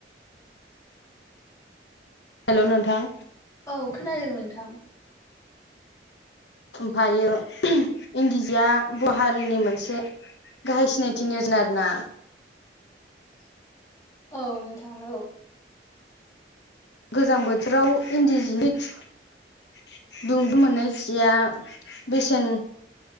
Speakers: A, on the left; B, on the left.
A: हेल' नोंथां।
B: औ खोनादों नोंथां।
A: ओमफ्रायो इन्दिजोआ बर' हारिनि मोनसे गाहाय सिनायथि नेरसोन आरो ना।
B: <inaudible> औ नोंथाङो औ।
A: गोजां बोथोराव इन्डिजिनि <unintelligible> दुंदु मोनो जिया बेसेन